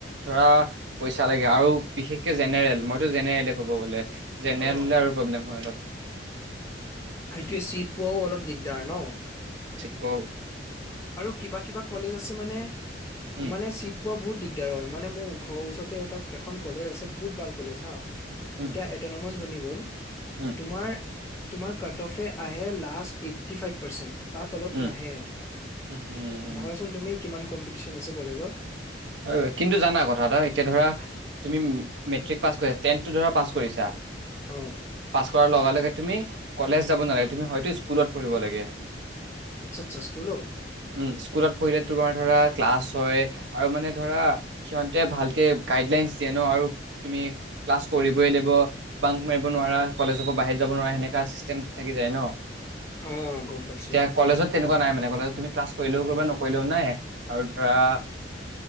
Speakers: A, on the right (about 75°); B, on the left (about 15°).
A: ধৰা পইচা লাগে। আৰু বিশেষকে জেনেৰেল মইতো জেনেৰেলে ক'ব গ'লে জেনেৰেল
B: অ
A: হ'লে আৰু প্ৰব্লেম হয় অলপ
B: সেইটোৱে চিত পোৱাও অলপ দিগদাৰ ন
A: অ
B: আৰু কিবা কিবা কলেজ আছে মানে
A: উম
B: মানে চিট পোৱা বহুত দিগদাৰ হয় মানে মো ঘৰ ওচৰতে তাত এখন কলেজ আছে বহুত ভাল কলেজ হা
A: উম
B: এতিয়া এটনমাছ বনি গ গ'ল
A: উম
B: তোমাৰ তোমাৰ কাট অফে আহে লাষ্ট এইটি ফাইভ পাৰ্চেণ্ট তা তলত
A: উম
B: নাহে।
A: উম উম
B: ভাবাচোন তুমি কিমান কম্পিটিচন আ ছে কলেজত
A: হয় কিন্তু জানা কথা এটা এতিয়া ধৰা তুমি মেট্ৰিক পাছ কৰিছা টেনটো ধৰা পাছ কৰিছা
B: অ
A: পাছ কৰাৰ লগে লগে তুমি কলেজ যাব নালাগে। তুমি হয়তো স্কুলত পঢ়িব লাগে।
B: আচ্ছা আচ্ছা স্কুলত
A: উম স্কুলত পঢ়িলে তোমাৰ ধৰা ক্লাছ হয়। আৰু মানে ধৰা সিহঁতে ভালকে গাইডলাইনচ দিয়ে ন আৰু তুমি ক্লাছ কৰিবই লাগিব বাং মাৰিব নোৱাৰা কলেজৰ পৰা বাহিৰত যাব নোৱাৰা সেনেকা চিষ্টেম। থাকি যায় ন।
B: অ গম পাইছোঁ।
A: এতিয়া কলেজত তেনেকুৱা নাই মানে কলেজত তুমি ক্লাছ কৰিলেও কৰিবা নকৰিলেও নাই আৰু ধৰা